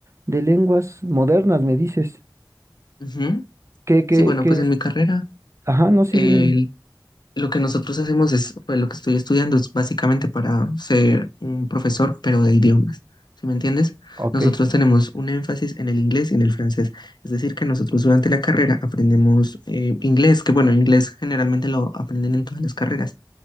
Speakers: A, on the right (about 40°); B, on the left (about 70°).
A: de lenguas modernas, me dices.
B: Ujú.
A: ¿Qué, qué,
B: Sí, bueno,
A: qué
B: pues en
A: es?
B: mi carrera,
A: Ajá, no, sí,
B: eh,
A: dime. dime.
B: Lo que nosotros hacemos es, pues lo que estoy estudiando es básicamente para ser un profesor, pero de idiomas. ¿Sí me entiendes?
A: Ok.
B: Nosotros tenemos un énfasis en el inglés y en el francés. Es decir, que nosotros durante la carrera aprendemos eh, inglés, que bueno, inglés generalmente lo aprenden en todas las carreras.